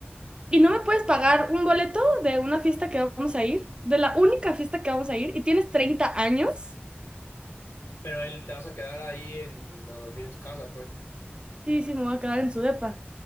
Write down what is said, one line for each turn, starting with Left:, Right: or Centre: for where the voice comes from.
Right: ¿Y no me puedes pagar un boleto de una fiesta que vamos a ir? De la única fiesta que vamos a ir. ¿Y tienes treinta años?
Left: Pero él te vas a quedar ahí en, a dormir en su casa, pues.
Right: Sí, sí, me voy a quedar en su depa.